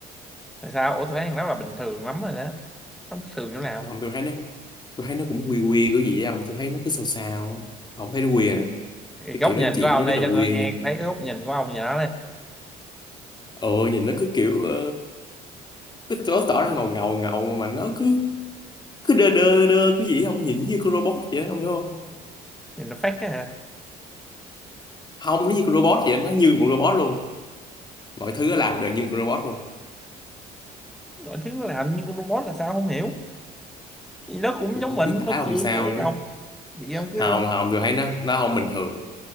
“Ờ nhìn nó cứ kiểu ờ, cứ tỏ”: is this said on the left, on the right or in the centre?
Left